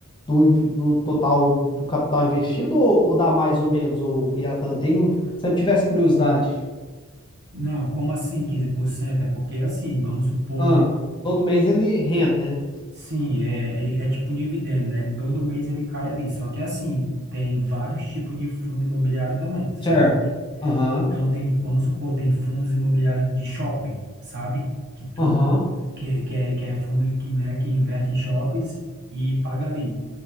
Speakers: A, on the left (about 20°); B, on the right (about 50°).
A: do, inv- do total do capital investido ou, ou dá mais ou menos, o Iatan? Tem, sempre tivesse curiosidade.
B: Não, como assim quinze por cento É porque assim, vamos supor,
A: Ah, todo mês ele rende, né?
B: sim, é, ele é tipo dividendo, né? Ele, todo mês ele cai ali, só que assim, tem vários tipos de fundo imobiliário também, sabe?
A: Certo. Aham,
B: Então tem, vamos supor, tem fundos imobiliários de shopping, sabe? Que tu
A: aham,
B: que, que é, que é fundo que, né, que investe em shoppings e paga ali.